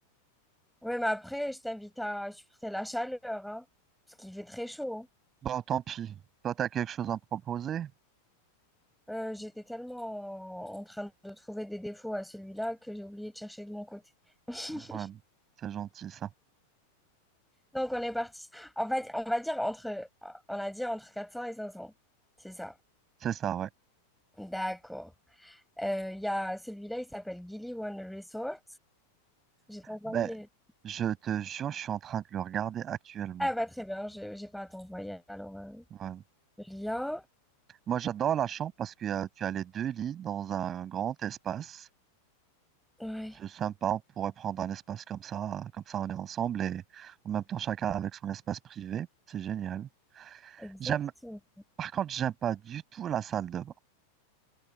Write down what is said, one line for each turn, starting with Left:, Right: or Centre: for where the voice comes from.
Centre: Ouais, mais après, je t'invite à supporter la chaleur, hein, parce qu'il fait très chaud. hein.
Right: Bon, tant pis. Toi, t'as quelque chose à me proposer?
Centre: Euh, j'étais tellement en train de trouver des défauts à celui-là que j'ai oublié de chercher de mon côté. <laughs>
Right: Ouais, c'est gentil, ça.
Centre: Donc, on est parti. On va, on va dire entre, on a dit entre 400 et 500. C'est ça.
Right: C'est ça, ouais.
Centre: D'accord. Euh, Il y a celui-là, il s'appelle Gili One Resort. J'ai t'envoyé.
Right: Ben, je te jure, je suis en train de le regarder actuellement.
Centre: Ah, bah, très bien. Je j'ai pas à t'envoyer alors euh,
Right: Ouais.
Centre: le lien.
Right: Moi, j'adore la chambre parce que euh, tu as les deux lits dans un grand espace.
Centre: Ouais,
Right: C'est sympa, on pourrait prendre un espace comme ça, comme ça on est ensemble et en même temps chacun avec son espace privé. C'est génial.
Centre: exactement.
Right: J'aime, par contre, j'aime pas du tout la salle de bain.